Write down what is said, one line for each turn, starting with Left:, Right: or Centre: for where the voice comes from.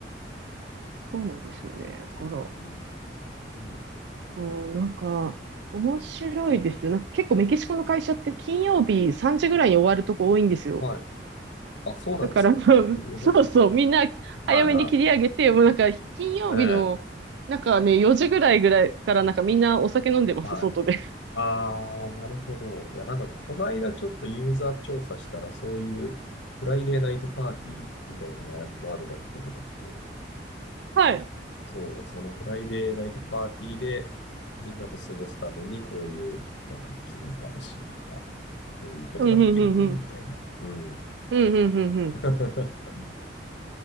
Right: そうなんですよね。
Left: うん。
Right: だから、
Left: うーん
Right: うん、なんか、面白いですよ。なんか結構メキシコの会社って金曜日3時ぐらいに終わるとこ多いんですよ。
Left: はい。あ、そうなんですか。
Right: だから、<laughs>
Left: ユーホさん。
Right: そうそう、みんな早めに切り上げて、
Left: はいは
Right: もうなんか金曜日の、
Left: い。ええ。
Right: なんかね、4時ぐらいぐらいからなんかみんなお酒飲んでます、
Left: はい。
Right: 外で。<laughs>
Left: ああ、なるほど。いや、なんか、この間ちょっとユーザー調査したら、そういう、フライデーナイトパーティーみたいなワワードが結構出てきて、
Right: はい。
Left: そう、そのフライデーナイトパーティーで、みんなと過ごすために、こういう、なんか、機能が欲しいとか、こういうことができるといいみたいな。
Right: うん、うん、うん、うん。
Left: うん。
Right: うん、うん、うん、うん。
Left: <laughs>